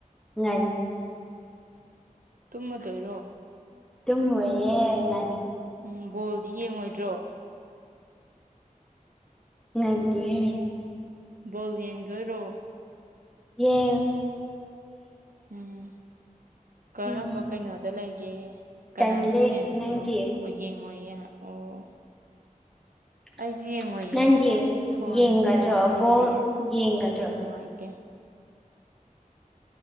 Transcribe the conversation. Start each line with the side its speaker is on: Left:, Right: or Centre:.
Centre: ꯉ
Right: ꯇꯃꯗꯣꯏꯔꯣ
Centre: ꯇ ꯍꯌꯦ ꯉ
Right: ꯎꯝ ꯕꯣꯜꯗꯤ ꯌꯦꯡꯉꯣꯏꯗ꯭ꯔꯣ
Centre: ꯒꯗꯌꯦꯦ
Right: ꯕꯣꯜ ꯌꯦꯡꯗꯣꯏꯔꯣ
Centre: ꯌꯦ
Right: ꯎꯝ ꯀꯔꯝꯕ
Centre: ꯎꯝ
Right: ꯀꯩꯅꯣꯗ ꯂꯩꯒꯦ ꯑꯦ ꯀꯅꯥꯒꯤ
Centre: ꯇꯜꯂꯦ
Right: ꯐꯦꯟꯁꯅꯣ
Centre: ꯅꯪꯗꯤ
Right: ꯌꯦꯡꯉꯨꯌꯦ ꯑꯣ ꯑꯩꯁꯨ
Centre: <inaudible>
Right: ꯌꯦꯡꯉꯣꯏꯌꯦ
Centre: ꯅꯪꯒꯤ
Right: ꯑꯩ ꯐꯣꯟ
Centre: ꯌꯦꯡꯒꯗ꯭ꯔꯣ
Right: ꯀꯩꯅꯣ ꯇꯧꯗꯦ
Centre: ꯕꯣꯔ ꯌꯦꯡꯒꯗ꯭ꯔꯣ
Right: ꯅꯨꯡꯉꯥꯏꯇꯦ